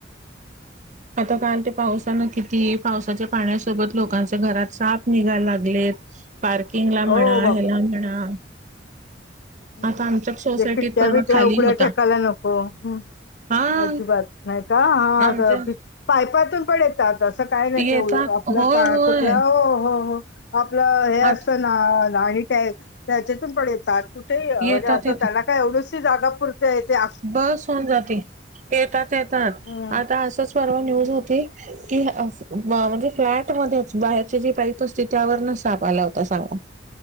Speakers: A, on the right; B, on the left.
A: आता काल ते पावसानं किती पावसाच्या पाण्यासोबत लोकांचे घरात साप निघायला लागलेत पार्किंग ला म्हणा
B: हो,
A: ह्याला म्हणा
B: हम्
A: आता आमच्या सोसायटीत
B: खिडक्या
A: परवा
B: वेगळ्या
A: खाली
B: उघड्या
A: होता.
B: टेकायला नको हम्
A: हा
B: अजीबात नाही का हा
A: आमच्या
B: अगं बी पायपातून पण येतात असं काय नाही
A: येतात
B: ते आपलं
A: होय
B: पा
A: होय
B: कुठला हो हो हो आपलं हे असतं
A: आत
B: ना आणि त्या त्याच्यातून पण येतात कुठे म्हणजे
A: येतात
B: असं
A: येत
B: त्याला काय एवढी सी जागा पुर ते हेच्या
A: बस होऊन जाते येतात येतात
B: हं,
A: आता असंच परवा
B: हं,
A: न्यूज
B: हं.
A: होती कि म्हणजे फ्लॅट मध्ये बाहेरचे जे पाईप असते त्यावर न साप आला होता सामाोर